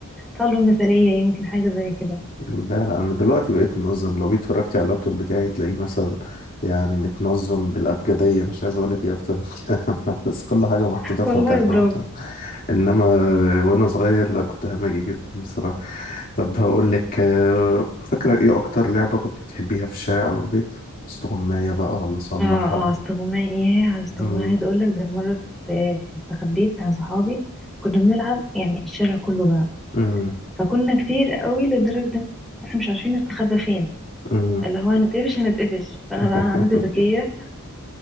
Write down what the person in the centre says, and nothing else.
طالبة مثالية يمكن حاجة زي كده
والله
برافو
اه
اه استغماء ياه على استغماء
عايزة أقولك ده أنا مرة است- استخبيت عن صحابي كنا بنلعب يعني الشارع كله بقى
فكنا كتير قوي لدرجة إن احنا مش عارفين نستخبى فين
اللي هو هنتقفش هنتقفش فأنا
بقى عملت ذكية